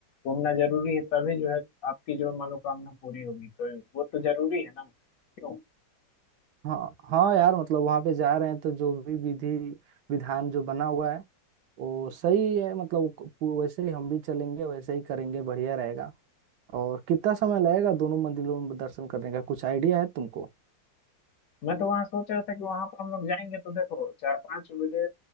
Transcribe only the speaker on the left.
घूमना जरूरी है तभी जो है आपकी जो मनोकामना पूरी होगी तो वो तो जरूरी है ना क्यों
मैं तो वहां सोच रहा था कि वहां पर हम लोग जाएंगे तो देखो चार पाँच बजे